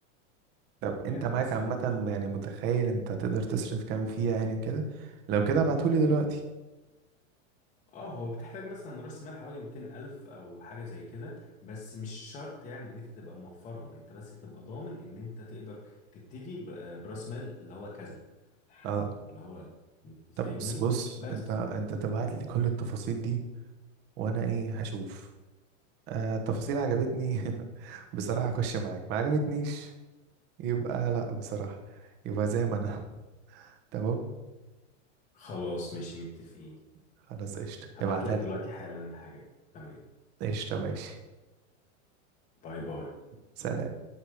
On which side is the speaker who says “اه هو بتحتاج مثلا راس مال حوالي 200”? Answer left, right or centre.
Left